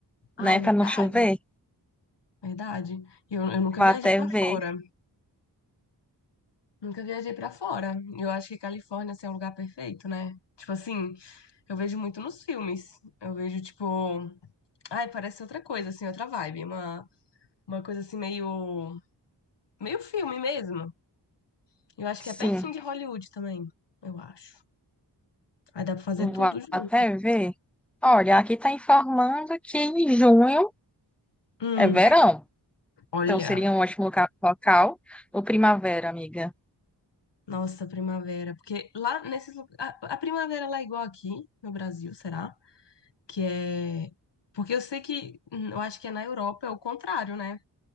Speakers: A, on the left (about 80°); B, in the centre.
A: Ah,
B: Né?
A: é
B: Pra
A: verdade.
B: não chover?
A: Verdade. E Eu, eu nunca
B: Vou
A: viajei
B: até
A: pra
B: ver.
A: fora. Nunca viajei pra fora. Eu acho que Califórnia, assim, é um lugar perfeito, né? Tipo assim, eu vejo muito nos filmes. Eu vejo, tipo. Ai, parece outra coisa, assim, outra vibe. Uma, uma coisa assim, meio. Meio filme mesmo. Eu acho
B: Sim,
A: que é pertinho de Hollywood também. Eu acho. Aí dá pra fazer
B: vou
A: tudo junto.
B: até ver. Olha, aqui tá informando que em junho
A: Hum,
B: é verão.
A: olha.
B: Então seria um ótimo loca- local. Ou primavera, amiga.
A: Nossa, primavera. Porque lá nesses lugares. A, a primavera lá é igual aqui no Brasil, será? que é. Porque eu sei que. hum, Eu acho que é na Europa é o contrário, né?